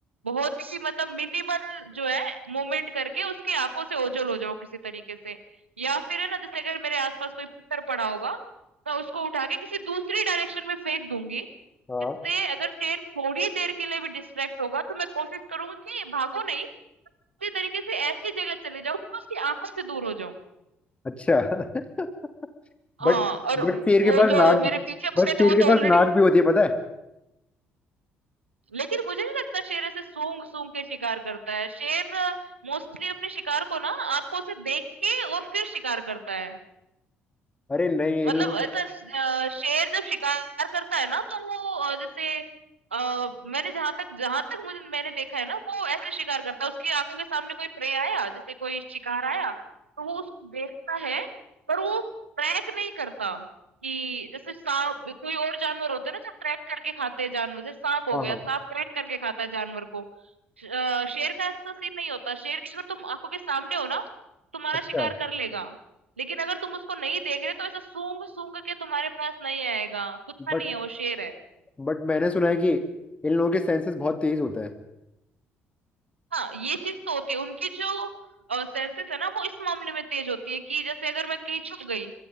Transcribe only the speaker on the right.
बहुत ही मतलब मिनिमल जो है मूवमेंट करके उसकी आँखों से ओझल हो जाऊँ किसी तरीके से। या फिर है ना जैसे अगर मेरे आस-पास कोई पत्थर पड़ा होगा, मैं उसको उठा के किसी दूसरी डायरेक्शन में फेंक दूँगी।
जिससे अगर शेर थोड़ी देर के लिए भी डिस्ट्रैक्ट होगा तो मैं कोशिश करूँगी कि भागो नहीं, इसी तरीके से ऐसी जगह चले जाऊँ कि मैं उसकी आँखों से दूर हो जाऊँ।
हाँ, और
वो
जो
मेरे पीछे पड़े
थे
वो
तो
ऑलरेडी
लेकिन मुझे नहीं लगता शेर ऐसे सूंघ-सूंघ के शिकार करता है। शेर मोस्टली अपने शिकार को ना आँखों से देख के और फिर शिकार करता है।
मतलब
ऐसा अ, शेर जब शिकार करता है ना तो वो अ, जैसे अ, मैंने जहाँ तक जहाँ तक मुझे मैंने देखा है ना वो ऐसे शिकार करता है उसकी आंखों के सामने कोई प्रे आया जैसे कोई शिकार आया तो वो उस देखता है पर वो ट्रैक नहीं करता कि जैसे सांप कोई और जानवर होते हैं ना जो ट्रैक करके खाते हैं जानवर जैसे सांप हो
गया
सांप ट्रैक करके खाता है जानवर को श- अ, शेर का ऐसा सीन नहीं होता शेर की अगर तुम आंखों के सामने हो ना तुम्हारा
शिकार कर लेगा लेकिन अगर तुम उसको नहीं देख रहे तो ऐसा सूंघ सूंघ के तुम्हारे पास नहीं आएगा कुत्ता
नहीं है वो शेर है
हाँ ये चीज तो होती है उनकी जो सेंसेस है ना वो इस मामले में तेज होती है कि जैसे अगर मैं कहीं छुप गई